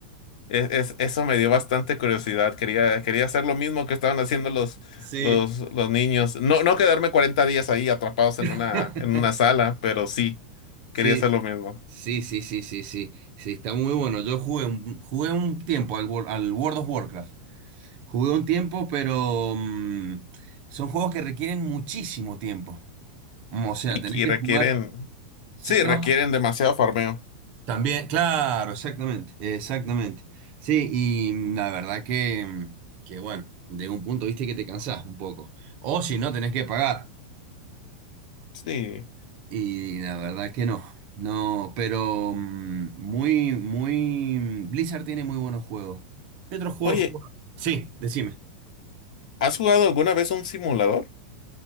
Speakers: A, on the left; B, on the right.
A: Es- es- eso me dio bastante curiosidad. Quería, quería hacer lo mismo que estaban haciendo los,
B: Sí.
A: los, los niños. No, no quedarme 40 días ahí atrapados en
B: <laughs>
A: una, en una sala, pero sí,
B: Sí.
A: quería hacer lo mismo.
B: Sí, sí, sí, sí, sí, sí, está muy bueno. Yo jugué un, jugué un tiempo al, Wor- al World of Warcraft. Jugué un tiempo, pero mm, son juegos que requieren muchísimo tiempo. Mm, O sea,
A: Y,
B: tenés que
A: y requieren,
B: jugar. Sí,
A: sí,
B: no,
A: requieren demasiado farmeo.
B: también, claro, exactamente, exactamente. Sí, y mm, la verdad que, mm, que bueno, de un punto viste que te cansás un poco. O si no, tenés que pagar.
A: Sí.
B: Y la verdad que no, no, pero mm, muy, muy... Blizzard tiene muy buenos juegos. ¿Qué otros juegos
A: Oye,
B: has Sí, decime.
A: ¿has jugado alguna vez un simulador?